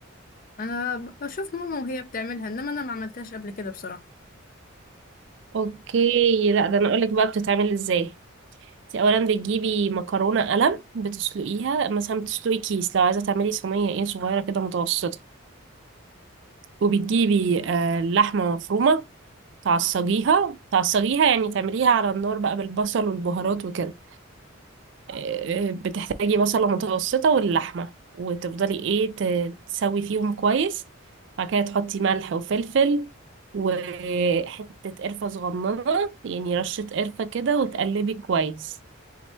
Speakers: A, on the left; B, on the right.
A: انا بشوف ماما وهي بتعملها انما انا ما عملتهاش قبل كده بصراحة
B: اوكي لا ده انا اقولك بقى بتتعمل ازاي انتي اولا بتجيبي مكرونه قلم بتسلقيها مثلا بتسلقي كيس لو عايزه تعملي صينيه ايه صغيره كده متوسطه وبتجيبي آه، لحمه مفرومه تعصجيها تعصجيها يعني تعمليها على النار بقى بالبصل والبهارات وكده آه، بتحتاجي بصلة متوسطة واللحمة وتفضلي ايه ت- تسوي فيهم كويس بعد كده تحطي ملح وفلفل وحتة قرفة صغننة يعني رشة قرفة كده وتقلبي كويس